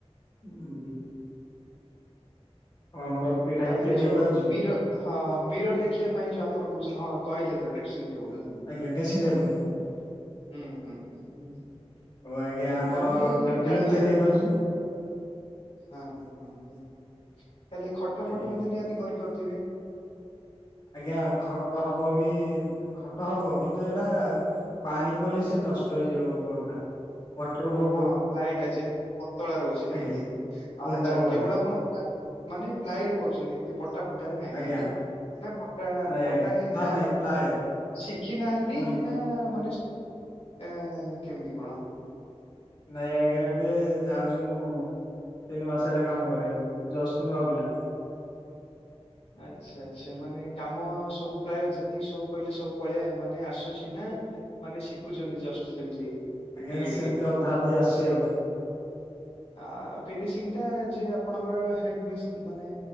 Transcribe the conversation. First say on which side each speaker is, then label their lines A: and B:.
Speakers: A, on the left (about 45°); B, on the left (about 80°).
A: ଉଁ, ଆଉ ଆମର ପିଢା
B: ତାପରେ
A: ବି ତିଆରି
B: ଯୋଉ
A: ହେଇପାରୁଛି
B: ମିର ହଁ ମିରର୍ ଦେଖିବା ପାଇଁ ଯୋଉ ଆମର କହୁଚନ୍ତି ହଁ କହିଲେ ତ ଡ୍ରେସିଂ ଟେବୁଲ୍ ନାଇଁ। ଉଁ,
A: ଆଜ୍ଞା ଡ୍ରେସିଂ ଟେବୁଲ
B: ହୁଁ, ହୁଁ, ହୁଁ, ହୁଁ।
A: ଆଉ ଆଜ୍ଞା
B: ଉଁ,
A: ଆମର
B: ତାମାନେ ଏଇ
A: ଟେବୁଲ
B: କାଠ
A: ବି ତିଆରି ହେଇପାରୁଛି
B: ହଁ ଆ, ହଁ, ହଁ, ହଁ ତାହେଲେ ଖଟ
A: ଆଜ୍ଞା
B: ଫଟ ମଧ୍ୟ ନିହାତି କରିପାରୁଥିବେ?
A: ଆଜ୍ଞା ଖଟ ହବ ବି, ଖଟ ହବ କିନ୍ତୁ ଏଟା ପାଣିପଇଲେ ସେ ନଷ୍ଟ ହେଇଯିବ ବୋର୍ଡ ଟା। ୱଃଟର୍ ଭୋ-'
B: ହଁ ପ୍ଲାଇଟା ଯେ ପତଳା ରହୁଛି ନାଇଁ
A: ଆଜ୍ଞା
B: କି?
A: କୁଣ୍ଡା
B: ଆଚ୍ଛା
A: ବୋର୍ଡ
B: କେବଳ
A: ଟା
B: ଆପଣ ମାନେ ପ୍ଲାଏ ରେ କରୁଛନ୍ତି। ଏମତି ପଟା ଫଟାରେ ନାଇଁ
A: ଆଜ୍ଞା
B: ନାଇଁ କି? ନା ପଟା
A: ନାଇଁ
B: ପଟା
A: ଆଜ୍ଞା ନାଇଁ
B: ଏମ
A: ନାଇଁ ପ୍ଲାଏ
B: ଶିଖି ନାହାନ୍ତି,
A: ଓନ୍ଲି
B: ନା ମାନେ ଏ, କେମିତି କଣ?
A: ନାଇଁ ଆଜ୍ଞା ଏବେ ଯାଉଛି ମୁଁ ତିନିମାସ ହେଲା କାମ କରିବାକୁ। ଜଷ୍ଟ ନୂଆ ପିଲା।
B: ଆଚ୍ଛା, ଆଚ୍ଛା ମାନେ କାମ ସବୁ ପ୍ରାୟ ଯେତିକି ସବୁ କହିଲେ ସବୁ ପଳେ ମାନେ ଆସୁଛି ନା ମାନେ ଶିଖୁଛନ୍ତି ଜଷ୍ଟ ଯେମିତି?
A: ଆଜ୍ଞା
B: ଟିକେ
A: ସେମିତି
B: ଟିକେ
A: ଅଧା ଅଧି ଆସୁଚି ଆଉ
B: ଆ ଫିନିସିଂ ଟା ଯିଏ ଆପଣଙ୍କର ହେଡ୍ ମିସ୍ ମାନେ